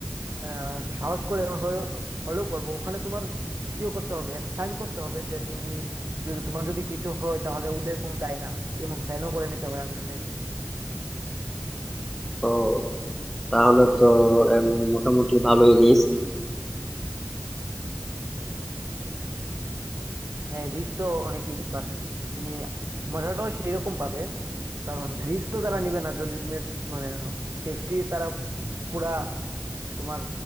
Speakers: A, on the right (about 80°); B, in the centre.
A: আহ, একটু সাহস করে হয়ে- হলেও করব ওখানে তোমার ইয়ে করতে হবে একটা সাইন করতে হবে যে তুমি যদি তোমার যদি কিছু হয় তাহলে ওদের কোনো দায় না এমন সাইনও করে নিতে হয় আমি শুনেছি
B: তো তাহলে তো এম, মোটামুটি ভালোই রিস্ক
A: হ্যাঁ রিস্ক তো অনেকই বাট তুমি মজাটাও সেই রকম পাবে কারণ রিস্ক তো তারা নিবে না যদি তুমি মানে সেফটি তারা পুরা তোমার